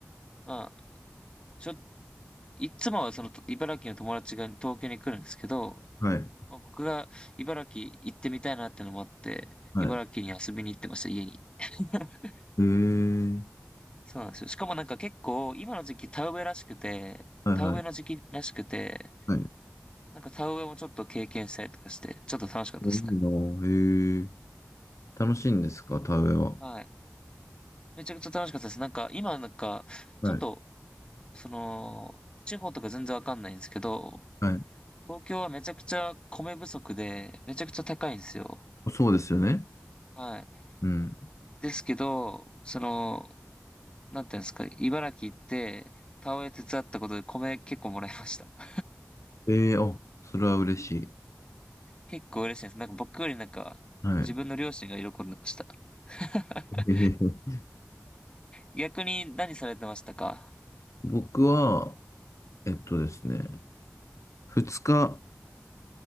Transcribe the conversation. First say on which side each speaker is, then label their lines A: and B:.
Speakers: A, on the left (about 20°); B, on the left (about 75°).
A: まあ、ちょ、いつもはその茨城の友達が東京に来るんですけど、
B: はい。
A: まあ、僕が茨城行ってみたいなってのもあって、
B: はい。
A: 茨城に遊びに行ってました、家に。<laughs>
B: へえ。
A: そうなんですよ。しかもなんか結構、今の時期田植えらしくて、
B: はいはい。
A: 田植えの時期らしくて、
B: はい。い
A: なんか田植えもちょっと経験したりとかして、ちょっと楽しかったですね。
B: いなあへえ。楽しいんですか田植えは。
A: はい。めちゃくちゃ楽しかったです。なんか、今なんか、
B: はい。
A: ちょっと、その、地方とか全然わかんないんですけど、
B: はい。
A: 東京はめちゃくちゃ米不足で、めちゃくちゃ高いんですよ。
B: そうですよね。
A: はい。
B: うん。
A: ですけど、その、なんていうんですか、茨城行って、田植え手伝ったことで米結構もらいました。<laughs>
B: ええ、あ、それは嬉しい。
A: 結構嬉しいです。なんか僕よりなんか、
B: はい。
A: 自分の両親が喜んでました。<laughs>
B: ええ
A: 逆に何されてましたか
B: 僕は、えっとですね、2日